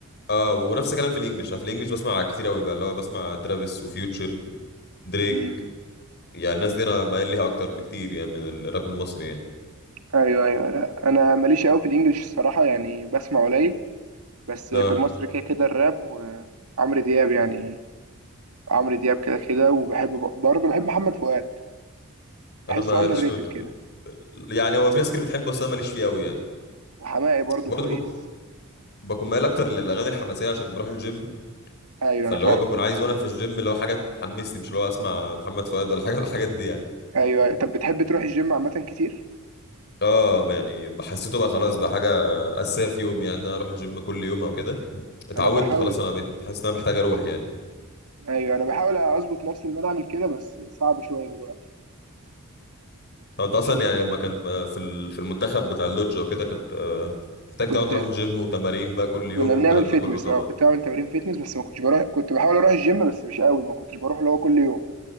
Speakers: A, on the left; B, on the right.
A: اه ونفس الكلام في الانجليش أنا في الانجليش بسمع كتير قوي بقى اللي هو بسمع ترافيس وفيوتشر دريك
B: مم.
A: يعني الناس دي انا مايل ليها اكتر بكتير يعني من الراب المصري يعني
B: ايوه ايوه لا انا ماليش قوي في الانجليش الصراحه يعني بسمع قليل بس
A: لا
B: في المصري كده كده الراب وعمرو دياب يعني عمرو دياب كده كده وبحب برضه بحب محمد فؤاد
A: انا
B: بحسه
A: ماليش
B: اندر ريتد
A: في ال...
B: كده
A: يعني هو في ناس كتير بتحبه بس انا ماليش فيه قوي يعني
B: وحماقي برضه
A: وبرضه
B: كويس
A: بك... بكون مايل اكتر للاغاني الحماسيه عشان بروح الجيم
B: ايوه
A: فاللي
B: انا فاهم
A: هو بكون عايز وانا في الجيم اللي هو حاجه تحمسني مش اللي هو اسمع محمد فؤاد ولا <laughs> حاجه ولا الحاجات دي يعني
B: ايوه أيوة. طب بتحب تروح الجيم عامة كتير
A: اه يعني حسيته بقى خلاص بقى حاجه اساسيه في يوم يعني إن انا اروح الجيم كل يوم او كده اتعودت
B: انا بحاول
A: خلاص انا بقيت حاسس ان انا محتاج اروح يعني
B: ايوه انا بحاول اظبط نفسي ان انا اعمل كده بس صعب شوية دلوقتي
A: طب انت اصلا
B: عشان
A: يعني لما كنت في ال- في المنتخب بتاع اللودج وكده كنت آه، محتاج
B: كنت
A: طبعا تروح الجيم وتمارين بقى كل
B: كنا
A: يوم
B: بنعمل
A: والكلام
B: فيتنس
A: ده كله طبعا
B: اه كنت بعمل تمارين فيتنس بس ما كنتش بروح كنت بحاول اروح الجيم بس مش قوي ما كنتش بروح اللي هو كل يوم